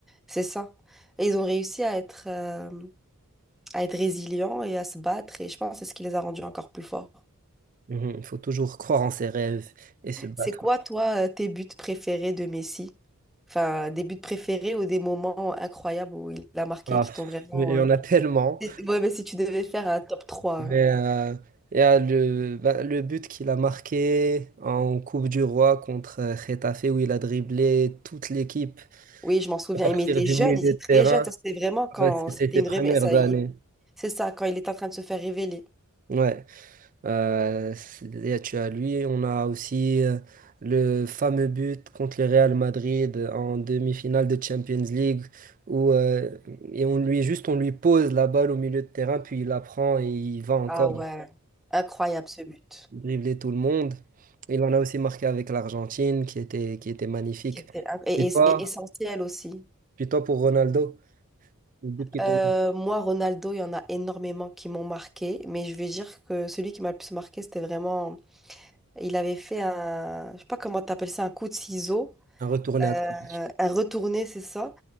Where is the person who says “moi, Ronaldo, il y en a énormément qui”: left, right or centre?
Centre